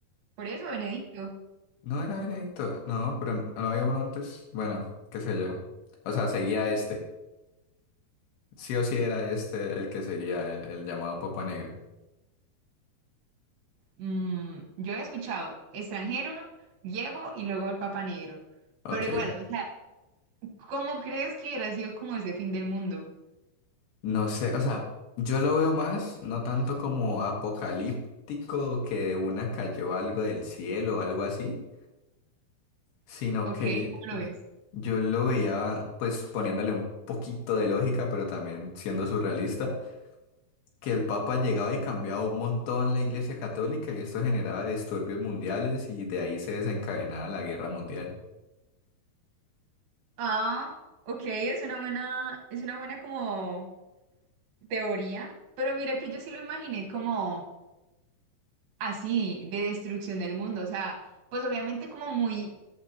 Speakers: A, on the right; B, on the left.
A: Por eso, Benedicto.
B: No era Veredicto. No, pero no había uno antes. Bueno, qué sé yo. O sea, seguía este. Sí o sí era este el que seguía, el, el llamado Papa Negra.
A: Mm, yo he escuchado extranjero, viejo y luego el papa negro.
B: Ok.
A: Pero igual, o sea, ¿cómo crees que hubiera sido como ese fin del mundo?
B: No sé, o sea, yo lo veo más, no tanto como apocalíptico que de una cayó algo del cielo o algo así, sino
A: ¿Ok?
B: que
A: ¿Cómo lo ves?
B: yo lo veía pues poniéndole un poquito de lógica, pero también siendo surrealista. que el Papa llegaba y cambiaba un montón la Iglesia Católica y esto generaba disturbios mundiales y de ahí se desencadenaba la Guerra Mundial.
A: Ah, ok, es una buena, es una buena como teoría, pero mira que yo sí lo imaginé como así de destrucción del mundo. O sea, pues obviamente como muy,